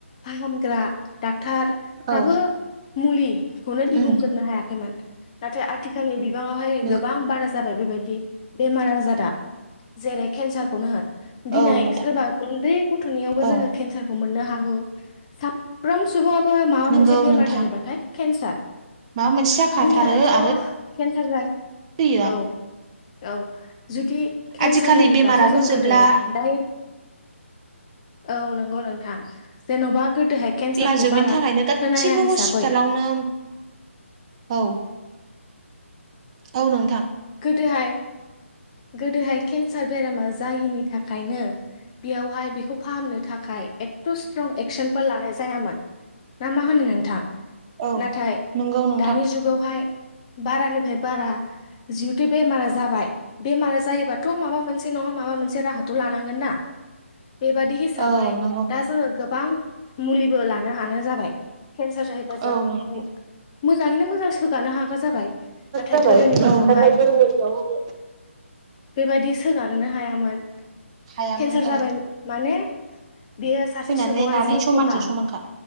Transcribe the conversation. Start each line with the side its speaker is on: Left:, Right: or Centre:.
Left: फाहामग्रा डाक्टर फाबो
Right: औ
Left: मुलिखौनो दिहुनजोबनो
Right: उम
Left: हायाखैमोन नाथाय आथिखाल नि बिबाङावहाय
Right: नंगौ
Left: गोबां बारा जाबाय बेबायदि बेमार आजारा जेरै केन्सारखौनो होन दिनै
Right: औ नोंथां
Left: सोरबा उन्दै गथ'नियावबो
Right: औ
Left: जोङो केन्सारखौ मोननो हागौ साब फ्रोम सुबुआबो माबा
Right: नंगौ
Left: मोनसे बेमार
Right: नोंथां
Left: जायोबाथाय केन्सार
Right: माबा मोनसे जाखाथारो
Left: गोदोहायथ'
Right: आरो
Left: केन्सार जा
Right: <unintelligible>
Left: औ औ जुदि केन्सार
Right: आजिखालि
Left: जायोब्लाथ'
Right: बेमाराबो
Left: जों
Right: जोबला
Left: गोदो जाय औ नंगौ नोंथां जेन'बा गोदोहाय केन्सारखौ
Right: <unintelligible> जोबैनि
Left: बारा
Right: थाखायनो गासिबो
Left: खोनाया हिसाबै
Right: हस्पिटालावनो औ औ नों
Left: गोदोहाय गोदोहाय केन्सार बेरामा जायिनि थाखायनो बेयावहाय बेखौ फाहामनो थाखाय जेबो एथ' स्ट्रं एक्सनफोर लानाय जायामोन ना मा होनो नोंथां
Right: औ
Left: नाथाय
Right: नंगौ नोंथां
Left: दानि जुगावहाय बारानिफ्राय बारा जिहेथु बेमारा जाबाय बेमारा जायोबाथ' माबा मोनसे नङा माबा मोनसे राहाथ' लानांगोन ना बेबादि हिसाबै
Right: औ नंगौ
Left: दा जोङो गोबां। मुलिबो लानो हानाय जाबाय केन्सार जाहैबा जों
Right: औ नंगौ
Left: मोजाङैनो मोजां सोगानो हाग्रा जाबाय नाथाय
Right: जाबाय
Left: गोदोनि दिनाव
Right: नाथाय गोदोनि दिनावहाय
Left: बेबादि सोफानोनो हायामोन
Right: हायामोन
Left: केन्सार जाबाय
Right: औ
Left: माने बियो सासे
Right: थैनानै
Left: सुबुङा
Right: लानाय
Left: जिउ
Right: समानजों
Left: खहा
Right: समानखा